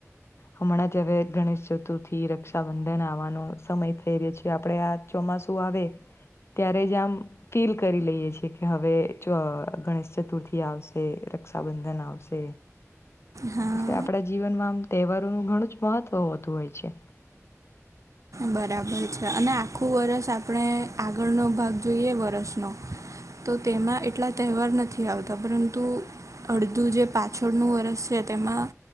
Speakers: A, on the left; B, on the right.
A: હમણાં જ હવે ગણેશ ચતુર્થી, રક્ષાબંધન આવવાનો સમય થઈ રહ્યો છે, આપણે આ ચોમાસું આવે ત્યારે જ આમ ફીલ કરી લઈએ છીએ કે હવે જો ગણેશ ચતુર્થી આવશે રક્ષાબંધન આવશે
B: હા
A: એટલે આપણા જીવનમાં આમ તહેવારોનું ઘણું જ મહત્વ હોતું હોય છે.
B: બરાબર છે, અને આખું વરસ આપણે આગળનો ભાગ જોઈએ વરષનો તો તેમાં એટલા તહેવાર નથી આવતા પરંતુ અડધું જે પાછળનું વરસ છે, તેમાં